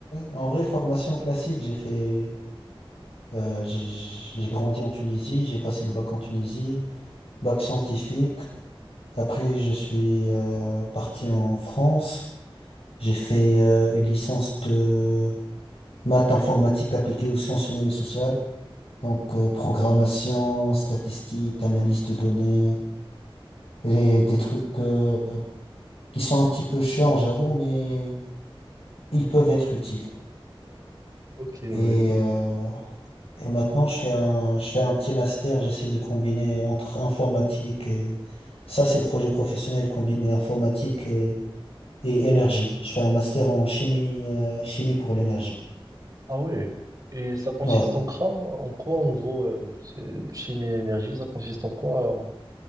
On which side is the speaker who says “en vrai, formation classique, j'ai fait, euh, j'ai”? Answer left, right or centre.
Left